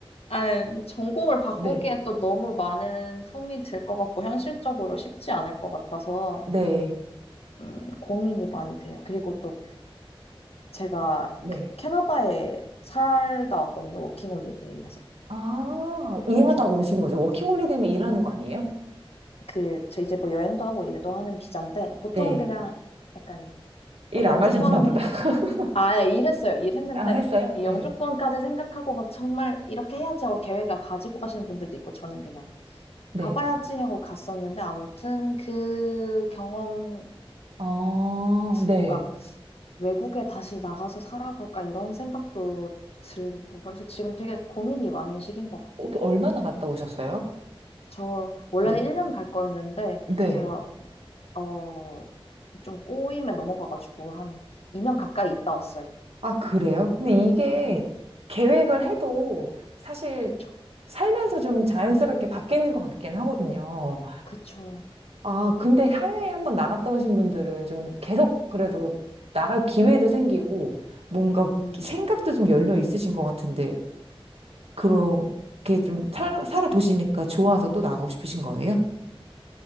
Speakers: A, on the left; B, on the right.
A: 아, 전공을 바꾸기에
B: 네,
A: 또 너무 많은 품이 들 것 같고, 현실적으로 쉽지 않을 것 같아서,
B: 네.
A: 음, 고민이 많이 돼요. 그리고 또 제가
B: 네.
A: 그 캐나다에 살다 왔거든요. 워킹홀리데이 해서.
B: 아, 일하다가
A: 그래서
B: 오신 거죠. 워킹홀리데이면 일하는 거 아니에요?
A: 그, 저 이제 뭐 여행도 하고 일도 하는 비자인데, 보통
B: 네.
A: 그냥 약간
B: 일
A: 뭐 영주권,
B: 안 하셨나 보다. <laughs>
A: 아예 일했어요. 일했는데,
B: 아, 했어요?
A: 이 영주권까지
B: 네.
A: 생각하고 막 정말 이렇게 해야지 하고 계획을 가지고 가시는 분들도 있고, 저는 그냥
B: 네.
A: 가봐야지 하고 갔었는데, 아무튼 그 경험으로
B: 아, 네.
A: 뭔가 외국에 다시 나가서 살아볼까 이런 생각도 들고, 그래서 지금 되게 고민이 많은 시기인 것 같아요.
B: 어, 얼마나 갔다 오셨어요?
A: 저 원래는
B: 네.
A: 1년 갈 거였는데,
B: 네.
A: 제가 어, 좀 꼬임에 넘어가가지고 한 2년 가까이 있다 왔어요.
B: 아, 그래요? 근데 이게
A: 네,
B: 계획을 해도 사실
A: 그쵸.
B: 살면서 좀 자연스럽게 바뀌는 것 같긴 하거든요.
A: 그쵸.
B: 아, 근데 해외에 한번 나갔다 오신 분들은 좀 계속 그래도 나갈 기회도 생기고 뭔가
A: 음,
B: 생각도 좀 열려 있으신 것 같은데 그렇게
A: 음.
B: 좀 살, 살아보시니까 좋아서 또 나가고 싶으신 거예요?